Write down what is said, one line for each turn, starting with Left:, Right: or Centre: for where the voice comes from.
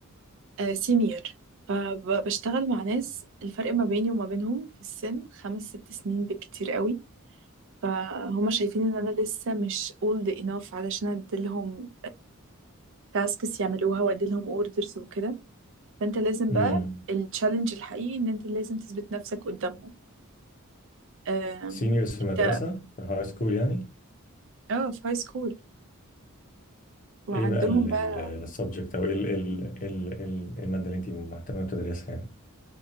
Right: آه سينيور فبشتغل مع ناس الفرق ما بيني وما بينهم في السن خمس ست سنين بالكتير قوي فهم شايفين ان انا لسه مش old enough علشان اديلهم تاسكس يعملوها واديلهم اوردرز وكده فانت لازم
Left: امم
Right: بقى التشالنج الحقيقي ان انت لازم تثبت نفسك قدامهم آم،
Left: سينيورز في
Right: انت
Left: مدرسه في هاي سكول يعني
Right: اه في هاي سكول وعندهم
Left: ايه بقى السبجكت
Right: بقى
Left: او ايه ال ال ال ال المادة اللي انت مهتمة تدرسها يعني